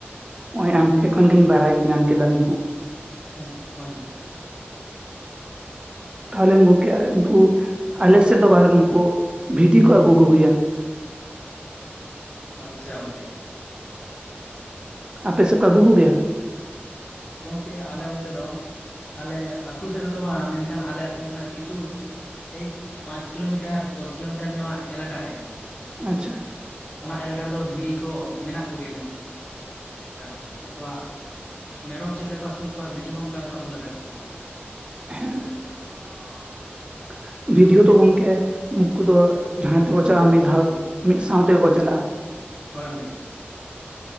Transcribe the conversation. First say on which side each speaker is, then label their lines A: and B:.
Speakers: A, on the right; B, on the left.
A: ᱱᱚᱭ ᱟᱢ ᱴᱷᱮ ᱠᱷᱚᱱ ᱜᱤᱧ ᱵᱟᱲᱟᱭ ᱧᱟᱢ ᱠᱮᱫᱟ ᱤᱧᱦᱚᱸ
B: ᱦᱪ ᱦᱚᱭ <unintelligible>
A: ᱛᱟᱦᱚᱞᱮ ᱜᱚᱢᱠᱮ <unintelligible> ᱩᱱᱠᱩ ᱟᱞᱮᱥᱮᱫ ᱫᱚ ᱵᱟᱨ ᱩᱱᱠᱩ ᱵᱷᱤᱰᱤ ᱠᱩ ᱟᱹᱜᱩ ᱠᱚ ᱜᱤᱭᱟ
B: ᱟᱪᱪᱷᱟ ᱜᱚᱢᱠᱮ᱾
A: <inaudible> ᱟᱯᱮ ᱥᱮᱫ ᱠᱚ ᱟᱹᱜᱩ ᱠᱚᱜᱮᱭᱟ?
B: ᱜᱚᱢᱠᱮ ᱟᱞᱮ ᱚᱱᱛᱮ ᱫᱚ ᱟᱞᱮ ᱟᱹᱛᱩ ᱥᱮᱫ ᱨᱮᱫᱚ ᱵᱟᱝ ᱢᱮᱱᱠᱷᱟᱱ ᱟᱞᱮ ᱟᱹᱛᱩ ᱠᱷᱚᱱᱟᱜ ᱠᱤᱪᱷᱩ ᱮᱭ ᱯᱟᱸᱪ ᱠᱤᱞᱳᱢᱤᱴᱟᱨ, ᱫᱚᱥ ᱠᱤᱞᱳᱢᱤᱴᱟᱨ ᱱᱚᱣᱟ ᱮᱞᱟᱠᱟ ᱨᱮ᱾
A: ᱟᱪᱷᱟ᱾
B: ᱚᱱᱟ ᱮᱞᱟᱠᱟ ᱨᱮᱫᱚ ᱵᱷᱤᱲᱰᱤ ᱠᱚ ᱢᱮᱱᱟᱜ ᱠᱚᱜᱮᱭᱟ ᱱᱮᱛᱟᱨ ᱦᱚ ᱢᱮᱱᱟᱜ ᱠᱚᱣᱟ᱾ ᱢᱮᱨᱚᱢ ᱪᱮᱫ ᱞᱮᱠᱟ ᱠᱚ ᱟᱹᱥᱩᱞ ᱠᱚᱣᱟ, ᱵᱷᱤᱰᱤ ᱦᱚᱸ ᱚᱱᱠᱟ ᱠᱚ ᱟᱹᱥᱩᱞ ᱟᱠᱟᱫ ᱠᱚᱣᱟ᱾
A: <unintelligible> ᱵᱤᱫᱤᱭ ᱛᱚ ᱜᱚᱢᱠᱮ ᱩᱱᱠᱩ ᱫᱚ ᱡᱟᱦᱟᱸ ᱛᱮ ᱵᱚᱱ ᱪᱟᱞᱟᱜᱼᱟ ᱢᱤᱫ ᱫᱷᱟᱣ ᱢᱤᱫ ᱥᱟᱣ ᱛᱮᱠᱚ ᱪᱟᱞᱟᱜᱼᱟ᱾
B: ᱦᱳᱭ ᱜᱚᱝᱠᱮ᱾